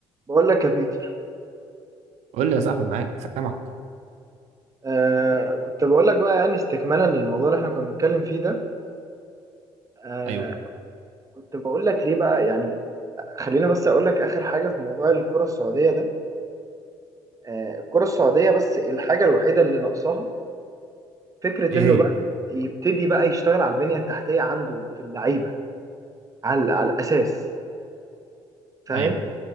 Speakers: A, on the right (about 30°); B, on the right (about 75°).
A: بقول لك يا بيتر
B: قول لي يا صاحبي معاك سامعك
A: آه كنت بقول لك بقى يعني استكمالا للموضوع اللي احنا كنا بنتكلم فيه ده آه
B: ايوه
A: كنت بقول لك ليه بقى يعني خلينا بس اقول لك اخر حاجه في موضوع الكره السعوديه ده آه الكره السعوديه بس الحاجه الوحيده اللي ناقصاها فكره
B: ايه
A: انه
B: هي
A: بقى يبتدي بقى يشتغل على البنيه التحتيه عنده في اللعيبه على, على الاساس فاهم
B: ايوه